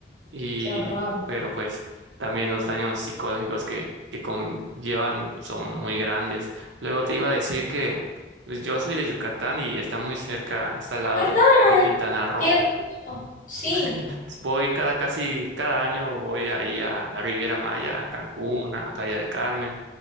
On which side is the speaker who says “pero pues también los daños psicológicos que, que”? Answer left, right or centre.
Right